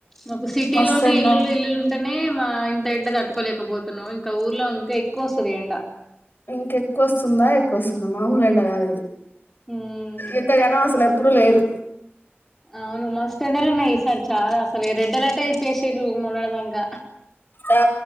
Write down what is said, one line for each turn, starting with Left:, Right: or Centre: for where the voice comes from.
Centre: మాకు సిటీలోనే
Left: మస్తు ఎండ
Centre: ఇల్లులు ఇల్లులు అనే మా ఇంత ఎండ తట్టుకోలేకపోతున్నాం ఇంకా ఊర్లో ఇంక ఎక్కువ వస్తది ఎండ
Left: ఇంకెక్కువ వస్తుంద ఎక్కువ వస్తుంద మామూలే <unintelligible> కాదు ఇది
Centre: ఉమ్
Left: ఇంతగనం అసలు ఎ ఎప్పుడు లేదు
Centre: అవును మస్తు ఎండలు ఉన్నాయి సారి చాల అసలు రెడ్ అలర్ట్ ఇచ్చేసిరు మొన్నడదాంక
Left: ఆ